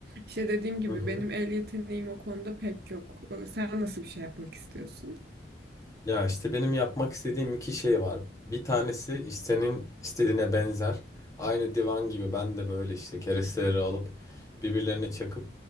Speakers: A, on the right (about 60°); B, on the left (about 20°).
A: işte dediğim gibi
B: Hı hı.
A: benim el yeteneğim o konuda pek yok. Ee, Sen nasıl bir şey yapmak istiyorsun?
B: Ya işte benim yapmak istediğim iki şey var. Bir tanesi işte senin istediğine benzer. Aynı divan gibi ben de böyle işte keresteleri alıp birbirlerine çakıp